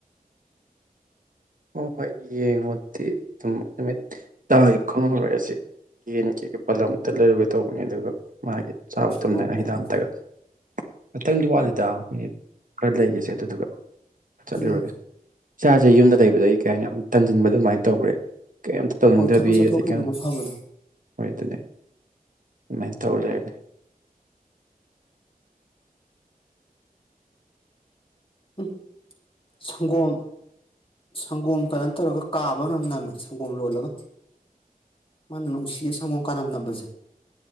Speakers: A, on the right; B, on the left.
A: ꯍꯣ ꯍꯣꯏ ꯌꯦꯡꯉꯣꯗꯤ ꯑꯗꯨꯝ ꯅꯨꯃꯤꯠ ꯇꯥꯈꯤꯕ ꯈꯪꯍꯧꯔꯣꯏ ꯑꯁꯤ ꯌꯦꯟꯒꯤ ꯕꯥꯂꯞ ꯑꯝꯇꯥ ꯂꯩꯔꯨꯒꯦ ꯇꯧꯕꯅꯦ ꯑꯗꯨꯒ ꯃꯥꯒꯤ ꯆꯥꯕ ꯇꯨꯝꯅꯉꯥꯏ
B: ꯍꯣꯏ ꯍꯣꯏ
A: ꯍꯤꯗꯥꯛ
B: ꯍꯣꯏ
A: ꯑꯝꯇꯒ ꯉꯇꯪꯗꯤ ꯋꯥꯠꯂꯤꯗ ꯃꯤꯅꯤꯠ ꯈꯔ ꯂꯩꯈꯤꯁꯦ ꯑꯗꯨꯗꯨꯒ ꯆꯠꯂꯨꯔꯒꯦ
B: ꯎꯝ
A: ꯏꯆꯥꯁꯦ ꯌꯨꯝꯗ ꯗꯨꯗꯩꯀꯩ ꯍꯥꯏꯅꯤ ꯌꯥꯝ ꯇꯟꯖꯤꯟꯕꯗꯣ ꯑꯗꯨꯃꯥꯏ ꯇꯧꯈ꯭ꯔꯦ ꯀꯩꯝꯇ ꯇꯧꯅꯤꯡꯗꯕꯤ
B: ꯍꯣꯏ ꯊꯕꯛ ꯆꯠꯊꯣꯛꯈꯤꯕꯅ
A: ꯑꯗꯩ ꯀꯩꯝ
B: ꯐꯕꯅꯦ
A: ꯍꯣꯏ ꯑꯗꯨꯅꯦ ꯗꯨꯃꯥꯏ ꯇꯧ ꯂꯩꯔꯦꯅꯦ
B: ꯎꯝ ꯁꯪꯒꯣꯝ ꯁꯪꯒꯣꯝ ꯀꯩꯅꯣ ꯇꯧꯔꯒ ꯀꯥꯕ ꯅꯝ ꯅꯝꯃꯦ ꯁꯪꯒꯣꯝ ꯂꯣꯜꯂꯒ, ꯃꯥꯅꯝ ꯅꯨꯡꯁꯤꯌꯦ ꯁꯪꯒꯣꯝ ꯀꯥꯅꯝ ꯅꯝꯕꯁꯦ꯫